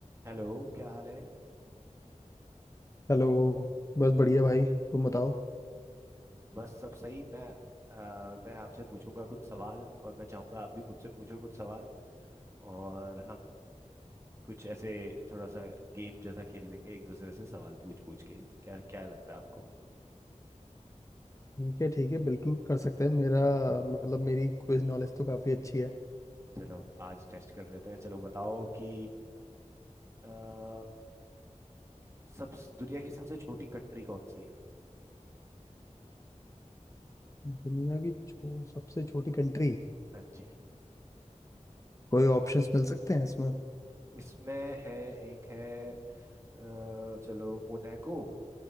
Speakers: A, on the right (about 20°); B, on the left (about 25°).
A: Hello क्या हाल है
B: Hello बस बढ़िया भाई तुम बताओ
A: बस सब सही मैं अ, मैं आपसे पूछूंगा कुछ सवाल और मैं चाहूंगा आप भी मुझसे पूछो कुछ सवाल और हम कुछ ऐसे थोड़ा सा गेम जैसा खेल लेंगे एक दूसरे से सवाल पूछ पूछ के क्या क्या लगता है आपको
B: ठीक है ठीक है बिल्कुल कर सकते हैं मेरा मतलब मेरी क्विज नॉलेज तो काफ़ी अच्छी है
A: चलो आज टेस्ट कर लेते हैं चलो बताओ कि अ, सब दुनिया की सबसे छोटी कंट्री कौन सी है
B: दुनिया की छो, सबसे छोटी कंट्री
A: हाँ जी
B: कोई ऑप्शंस मिल सकते हैं इसमें
A: इसमें है एक है अ, चलो मोनाको